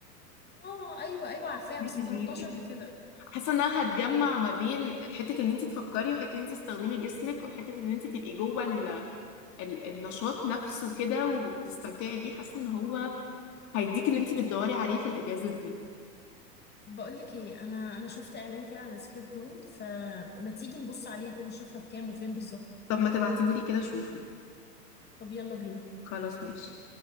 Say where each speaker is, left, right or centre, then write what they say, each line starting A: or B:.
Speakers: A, on the left; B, on the left.
A: اه ايوه ايوه عارفاها
B: دي
A: بس
B: لذيذة
A: مجربتهاش قبل كده
B: حاسة إن أنا هتجمع ما بين حتة إن أنت تفكري وحتة إن أنت تستخدمي جسمك وحتة إن أنت تبقي جوه ال... ال... النشاط نفسه كده وتستمتعي بيه حاسة إن هو هيديك اللي أنت بتدوري عليه في الأجازة دي
A: بقول لك ايه انا انا شفت اعلان كده عن سكيب روم فما تيجي نبص عليها كده نشوفها بكام وفين بالظبط
B: طب ما تبعتيهولي كده شوفه
A: طب يلا بينا
B: خلاص ماشي